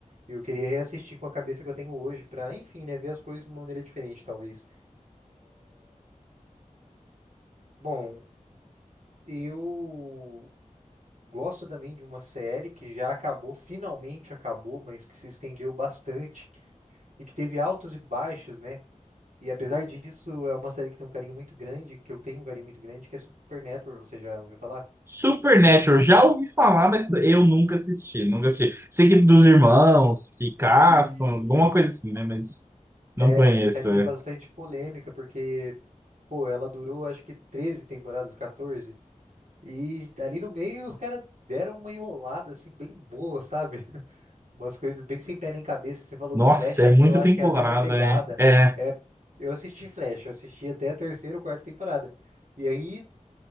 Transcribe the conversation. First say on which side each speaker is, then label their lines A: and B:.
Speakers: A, on the right (about 70°); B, on the right (about 20°).
A: E eu queria reassistir com a cabeça que eu tenho hoje, pra, enfim, né? Ver as coisas de uma maneira diferente, talvez. Bom, eu gosto também de uma série que já acabou, finalmente acabou, mas que se estendeu bastante e que teve altos e baixos, né? E apesar disso, é uma série que tem um carinho muito grande, que eu tenho um carinho muito grande, que é Supernatural. Você já ouviu falar?
B: Supernatural, já ouvi falar, mas eu nunca assisti, nunca assisti. Sei que dos irmãos que caçam,
A: Isso.
B: alguma coisa assim, né? Mas não
A: É,
B: conheço.
A: essa série tem
B: é.
A: bastante polêmica, porque Pô, ela durou acho que 13 temporadas, 14. E ali no meio os caras deram uma enrolada assim bem boa, sabe? <laughs> Umas coisas bem sem pé nem cabeça. Você falou
B: Nossa,
A: do Flash
B: é
A: aí,
B: muita
A: eu acho
B: temporada,
A: que é a mesma pegada.
B: né? É,
A: É, eu assisti Flash, eu assisti até a terceira ou quarta temporada. E aí